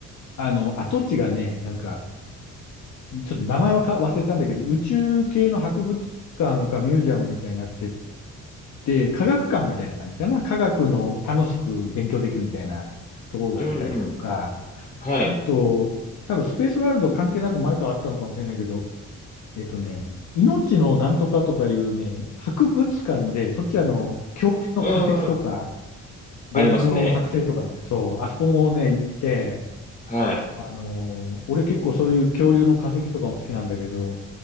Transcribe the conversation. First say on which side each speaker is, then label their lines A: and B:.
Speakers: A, on the left; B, on the left.
A: あの、跡地がね、なんか、ちょっと名前はか忘れたんだけど、宇宙系の博物館かミュージアムみたいになってて、科学館みたいな感じかな。科学の楽しく勉強できるみたいなところがあったりとか、
B: うんうん。はい。
A: あと、多分スペースワールド関係なく前からあったのかもしれないけど、えっとね、命のなんとかとかいうね、博物館で、そっちあの、恐竜の化石とか、
B: うんうん。ありますね。
A: 動物の剥製とかね、そう、あそこもね、行って、
B: はい。
A: あのー俺結構そういう恐竜の化石とかも好きなんだけど、